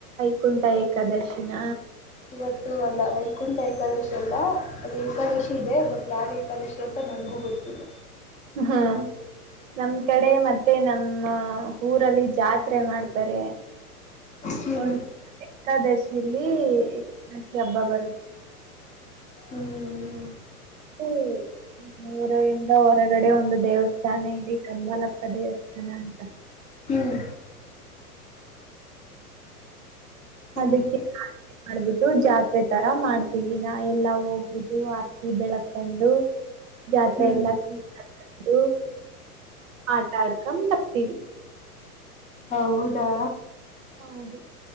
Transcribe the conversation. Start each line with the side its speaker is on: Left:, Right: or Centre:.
Right: ಕುಂಠ ಏಕಾದಶಿನ
Left: ಇವತ್ತು ಅಲ್ಲ ವೈಕುಂಠ ಏಕಾದಶಿ ಅಲ್ಲ ಅದು ಏಕಾದಶಿ ಇದೆ ಬಟ್ ಯಾವ್ ಏಕಾದಶಿ ಅಂತ ನಾನಗೂ ಗೊರ್ತಿಲ್ಲ
Right: ಹಾ ನಮ್ ಕಡೆ ಮತ್ತೆ ನಮ್ಮ ಊರಲ್ಲಿ ಜಾತ್ರೆ ಮಾಡ್ತಾರೆ
Left: ಹ್ಮ್
Right: ಒಂದ ಏಕಾದಶಿಲಿ ಕಕ್ಕಿ ಹಬ್ಬ ಬರುದು
Left: ಹ್ಮ್
Right: ಓ ಮ್ಮ ಊರರಿಂದ ಹೊರಗಡೆ ಒಂದು ದೇವಸ್ಥಾನ ಇದೆ ಕಂಬಾಲಪ್ಪ ದೇವಸ್ಥಾನ ಅಂತ
Left: ಹ್ಮ್ ಹ್ಮ್
Right: ಅದಕ್ಕೆ ಮಾಡ್ಬಿಟ್ಟು ಜಾತ್ರೆ ತರ ಮಾಡ್ತೀವಿ ನಾ ಎಲ್ಲಾ ಹೋಗ್ಬಿಟ್ಟು ಆರ್ತಿ ಬೆಳಕಂಡು ಹ <inaudible> ಜಾತ್ರೆ
Left: ಹ್ಮ್
Right: ಎಲ್ಲ ಸುು ಆಟ ಆಡ್ಕೊಂಡ್ ಬರ್ತೀವಿ
Left: ಹೌದಾ
Right: ಹೌದು